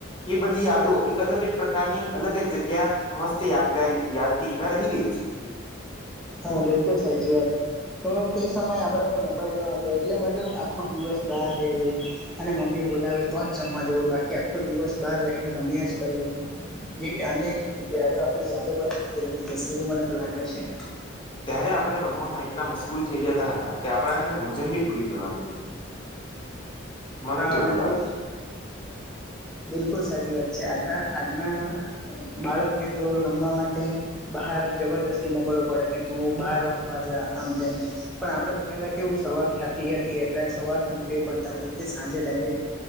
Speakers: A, on the left; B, in the centre.
A: એ બધી યાદો એક અલગ જ પ્રકારની અલગ જ, જગ્યા મસ્ત યાદગારી યાદગીરીમાં રહી ગઈ છે. <inaudible>
B: હા, બિલકુલ સાચી વાત. તો તે સમય આપડા પર મોબાઈલ ન હતો એટલે મતલબ આખો દિવસ બહાર રહેવું અને મમ્મી બોલાવે તો જ જમવા જવું બાકી આખો દિવસ બહાર રહીને રમ્યા જ કરવું. જેવી અનેક યાદો આપડી યાદો બનીને જ રહી જશે એવું મને તો લાગે છે.
A: ત્યારે આપણે રમવામાં એટલા મશગૂલ થઈ જતા હતા કે આપણાને ભોજન બી ભૂલી જવાતું હતું. મને
B: હા
A: તેવું
B: બિલકુલ
A: લાગે છે.
B: બિલકુલ સાચી વાત છે આજના આજના બાળકને તો રમવા માટે હાર જબરજસ્તી મોકલવો પડે કે તું બહાર રમવા જા આમ તેમ પણ આપડે તો પેહલા કેવું સવા વાર થતી હતી એટલે સવારથી નીકળી પડતા સાંજે ડાયરેક